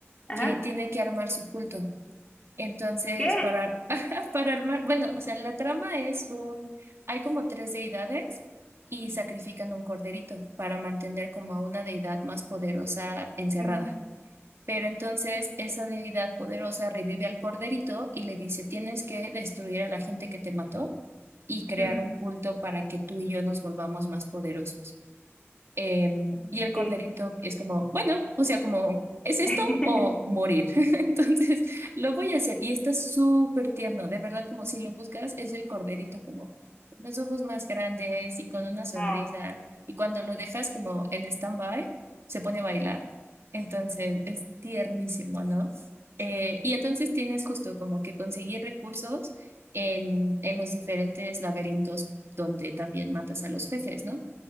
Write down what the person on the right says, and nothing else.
que tiene que armar su culto. Entonces,
para, <laughs> para armar, bueno, o sea, la trama es un, hay como tres deidades y sacrifican un corderito para mantener como a una deidad más poderosa
encerrada.
Pero entonces esa deidad poderosa revive al corderito y le dice, tienes que destruir a la gente que te mató y crear
un culto para que tú y yo nos volvamos más poderosos. Eh,
y el corderito es como, bueno, o sea, como, ¿es esto
o morir? <laughs> Entonces, lo voy a hacer. Y está súper tierno, de verdad, como si lo buscas, es el corderito como con los ojos más grandes y con una sonrisa.
Y cuando lo dejas como en stand-by, se pone a bailar. Entonces, es tiernísimo, ¿no? Eh, y entonces tienes justo como que conseguir recursos en, en los diferentes laberintos donde también matas a los jefes, ¿no?